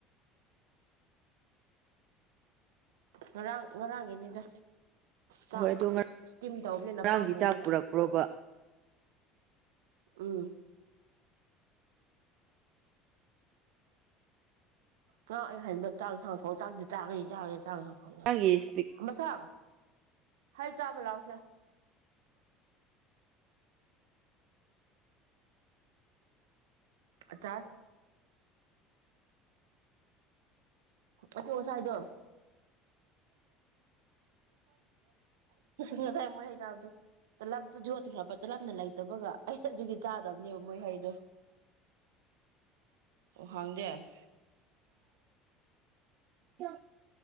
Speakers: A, on the right; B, on the right.
A: ꯉꯔꯥꯡ ꯉꯔꯥꯡꯒꯤꯅꯤꯗ ꯆꯥꯛꯇꯣ
B: ꯍꯣꯏ ꯑꯗꯣ
A: ꯏꯁꯇꯤꯝ ꯇꯧꯕꯅꯤꯅ
B: ꯉꯔꯥꯡꯒꯤ
A: ꯄꯥꯝꯃꯨꯗꯅ
B: ꯆꯥꯛ ꯄꯨꯔꯛꯄ꯭ꯔꯣꯕ
A: ꯎꯝ ꯀ ꯍꯥꯏꯕ ꯆꯥꯛ ꯊꯥꯡ ꯊꯣꯡ ꯆꯥꯛꯗꯤ ꯆꯥꯈꯅꯤ ꯆꯥꯈꯅꯤ ꯆꯥꯡ ꯍꯪ
B: ꯉꯔꯥꯡꯒꯤ ꯏꯁꯄꯤꯛ
A: ꯊ ꯁ ꯍꯜ ꯆꯥꯕ ꯂꯥꯎꯁꯦ ꯆꯥ ꯑꯊꯧ ꯑꯁꯥꯏꯗꯣ ꯉꯁꯥꯏ ꯃꯣꯏ ꯍꯩꯕꯗ ꯇꯂꯞꯇꯨ ꯌꯣꯠꯈ꯭ꯔꯕ ꯇꯂꯞꯅ ꯂꯩꯇꯕꯒ ꯑꯩ ꯑꯗꯨꯒꯤ ꯆꯥꯗꯕꯅꯦꯕ ꯃꯣꯏ ꯍꯩꯗꯣ ꯑꯣ ꯍꯥꯡꯗꯦ ꯎꯝ
B: ꯀ